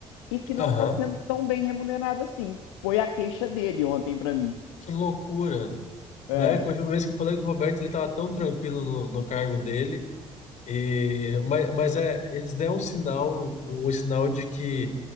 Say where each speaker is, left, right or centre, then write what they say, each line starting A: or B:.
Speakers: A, on the left; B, on the left.
A: e que não
B: Aham.
A: está sendo tão bem remunerado assim. Foi a queixa dele ontem para mim.
B: Que loucura.
A: É,
B: né? que A última vez que eu falei com o Roberto, ele estava tão tranquilo no, no cargo dele. E, mas, mas é, eles deram um sinal, um sinal de que